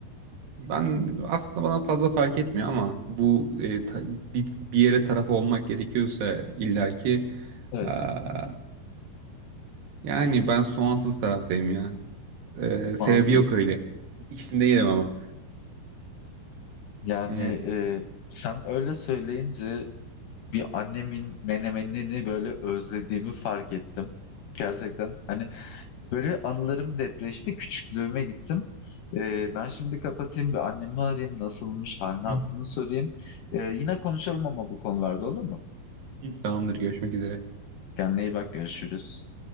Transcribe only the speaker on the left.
Evet,
soğansız.
Yani
e, sen öyle söyleyince bir annemin menemenini böyle özlediğimi fark ettim. Gerçekten hani böyle bir anılarım depreşti. Küçüklüğüme gittim. E, ben şimdi kapatayım bir annemi arayayım. Nasılmış, halini
hattını sorayım. E, yine konuşalım ama bu konularda olur mu?
Kendine iyi bak, görüşürüz.